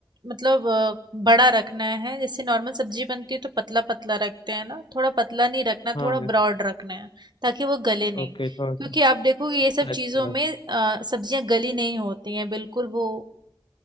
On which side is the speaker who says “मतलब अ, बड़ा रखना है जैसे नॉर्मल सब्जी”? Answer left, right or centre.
Right